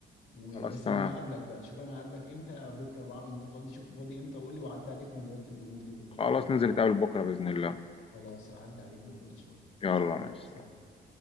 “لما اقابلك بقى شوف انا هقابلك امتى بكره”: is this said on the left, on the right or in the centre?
Left